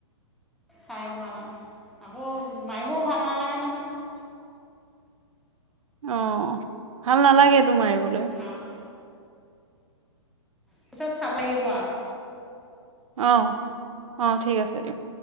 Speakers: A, in the centre; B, on the right (about 85°).
A: খাই পোৱা নাই, আকৌ মায়িবও ভাল নালাগে নহয়, অ
B: অহ, ভাল নালাগেটো মাৰিবলৈ।
A: অঁ পিচপ চ্যাপ লাগিব আ
B: অহ্- অহ্, ঠিক আছে দিয়ক